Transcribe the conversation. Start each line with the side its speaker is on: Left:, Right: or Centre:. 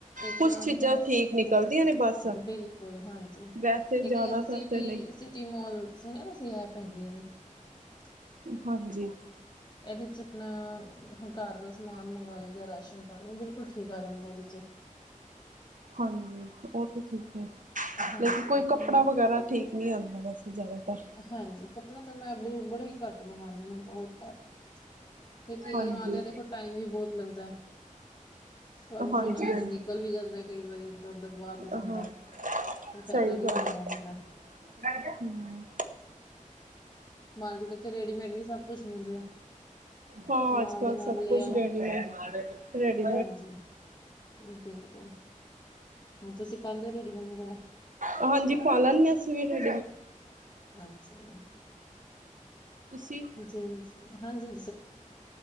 Left: ਇੱਕ
Right: ਕੁਛ
Left: ਆਪਣਾ
Right: ਚੀਜ਼ਾਂ ਠੀਕ ਨਿਕਲਦੀਆਂ ਨੇ ਬਸ
Left: ਬਿਲ ਿਲੁਲ ਹਾਂਜੀ
Right: ਵੈਸੇ ਜ਼ਿਆਦਾਤਰ
Left: ਇੱਕ ਸਿਟੀ
Right: ਤਾਂ ਨਹੀਂ
Left: ਸਿਟੀ ਮੋਲ ਸੁਣਿਆ ਤੁਸੀਂ ਐਪ ਹੈਗੀ ਹੈ ਵੀ ਹ
Right: ਹਾਂਜੀ
Left: <inaudible> ਇਹਦੇ ਚ ਆਪਣਾ ਘਰ ਦਾ ਸਮਾਨ ਮੰਗਾ ਲਈ ਦਾ ਰਾਸ਼ਨ ਪਾਣੀ ਬਿਲਕੁਲ ਠੀਕ ਆ ਜਾਂਦਾ ਇਹਦੇ ਚ।
Right: ਹਾਂਜੀ ਉਹ ਤਾਂ ਠੀਕ ਆ
Left: ਹਾਂਜੀ
Right: ਲੇਕਿਨ ਕੋਈ ਕੱਪੜਾ
Left: ਮੈਂ
Right: ਵਗੈਰਾ ਠੀਕ ਨਹੀਂੀ ਆਉਂਦਾ ਵੈਸੇ ਜ਼ਿਆਦਾਤਰ
Left: ਹਾਂਜੀ ਕੱਪੜਾ ਤਾਂ ਮੈਂ ਬ ਬੜਾ ਹੀ ਘੱਟ ਮੰਗਵਾਉਦੀ ਹਾਂ ਬਹੁਤ ਘੱਟ ਕਿਉਂਕਿ
Right: ਹਾਂਜੀ,
Left: ਆਉਂਦਿਆਂ ਦੇਖੋ ਟਾਈਮ ਵੀ ਬਹੁਤ ਲੱਗਦਾ ਸਰ
Right: ਹਾਂਜੀ,
Left: ਸੁਣਾਏ
Right: ਹਾਂਜੀ।
Left: ਤੇ ਨਿਕਲ ਵੀ ਜਾਂਦਾ ਕਈ ਵਾਰੀ ਅੰਦਰ ਵਾ ਤੇ ਜਾਂਦਾ
Right: ਆਹ
Left: ਇਹ ਫਾਇਦਾ
Right: ਸਹੀ
Left: ਕੁਝ
Right: ਗੱਲ
Left: ਹੁੰਦਾ
Right: ਹੈ, ਹੂੰ।
Left: ਮਾਰਗ ਵਿੱਚ ਰੈਡੀਮੇਡ ਵੀ ਸਭ ਕੁਝ ਮਿਲ ਰਿਹਾ
Right: ਹਾਂ
Left: ਨਾਲ
Right: ਅੱਜ ਕਲ
Left: ਦੇ ਨਾਲ
Right: ਸਭ
Left: ਲੈ
Right: ਕੁਝ
Left: ਆਓ
Right: ਰੈਡੀ ਮੇ ਰੈਡੀ
Left: ਹਾਂਜੀ ਬਿਲਕੁਲ ਹੁਣ ਤੁਸੀਂ ਪਾਉਂਦੇ ਹੋ ਰੇਡੀਮੇਡ ਵਗੈਰਾ
Right: ਹਾਂਜੀ ਪਾ ਲੈਣਗੇ ਸਵੇਰੇ
Left: ਅੱਛਾ ਜੀ
Right: ਤੁਸੀਂ
Left: ਸ ਹਾਂਜੀ